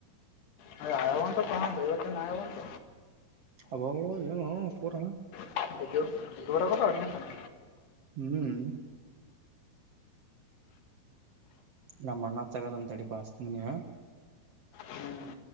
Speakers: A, on the left; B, on the right.
A: ಅ ಆಯಾವಂತ ಕನ್ ಐವತ್ತು ಆಯಾವಂತ.
B: ಅಬೋ ಏನು ಪೂರ.
A: <unintelligible> ಜೋರ್ ಅಗತವ ಅಡ್ಮಿಶನ್.
B: ಹ್ಮ್. ನಮ್ಮ ಅಣ್ಣ ಹಚ್ಚತನ ತಡಿ ಪಾ ನಿಂಗ.
A: ಹ್ಞೂ